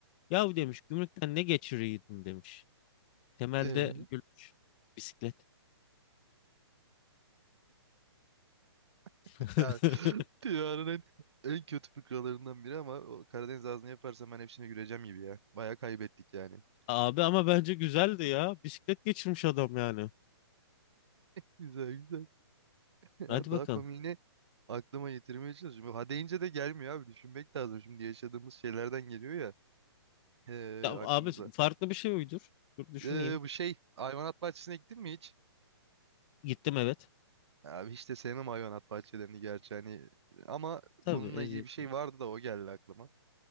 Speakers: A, on the left; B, on the right.
A: Yahu demiş gümrükten ne geçiriyordun demiş. Temel
B: Ee,
A: de gülmüş. Bisiklet.
B: <laughs>
A: <laughs>
B: ya dünyanın en, en kötü fıkralarından biri ama o Karadeniz ağzını yaparsam ben hepsine güleceğim gibi ya. Baya kaybettik yani.
A: Abi ama bence güzeldi ya. Bisiklet geçirmiş adam yani.
B: Güzel güzel. Ya
A: Hadi bakalım.
B: daha komiğini aklıma getirmeye çalışıyorum. Ha deyince de gelmiyor abi. Düşünmek lazım. Şimdi yaşadığımız şeylerden geliyor ya. ee,
A: Ya,
B: aklımıza.
A: abi farklı bir şey uydur. Dur düşüneyim.
B: Ee, bu şey hayvanat bahçesine gittin mi hiç?
A: Gittim evet.
B: Abi hiç de sevmem hayvanat bahçelerini gerçi hani ama
A: Tabii
B: bununla
A: eziyet.
B: ilgili bir şey vardı da o geldi aklıma.